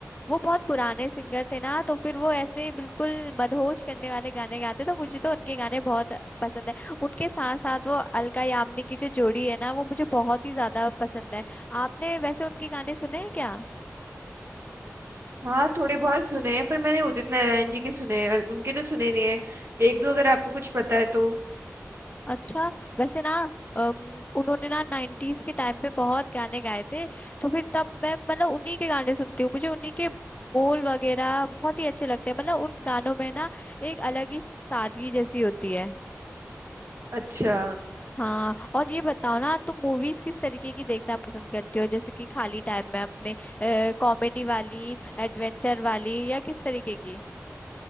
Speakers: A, on the left; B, on the right.
A: वो बहुत पुराने सिंगर थे ना तो फिर वो ऐसे बिल्कुल मदहोश करने वाले गाने गाते तो मुझे तो उनके गाने बहुत पसंद है उनके साथ साथ वो अलका यामिनी की जो जोड़ी है ना वो मुझे बहुत ही ज्यादा पसंद है आपने वैसे उनके गाने सुने हैं क्या
B: हाँ थोड़े बहुत सुने हैं पर मैंने उदित नारायण जी के सुने हैं और उनके तो सुने नहीं है एक दो अगर आपको कुछ पता है तो
A: अच्छा वैसे ना अम, उन्होंने ना नाइन्टीज के टाइम पे बहुत गाने गाए थे तो फिर तब मैं मतलब उन्हीं के गाने सुनती हूँ मुझे उन्हीं के बोल वगैरह बहुत ही अच्छे लगते हैं मतलब उन गानों में ना एक अलग ही सादगी जैसी होती है
B: अच्छा
A: हाँ और ये बताओ ना तुम मूवीज किस तरीके की देखना पसंद करती हो जैसे कि खाली टाइम में अपने कॉमेडी वाली एडवेंचर वाली या किस तरीके की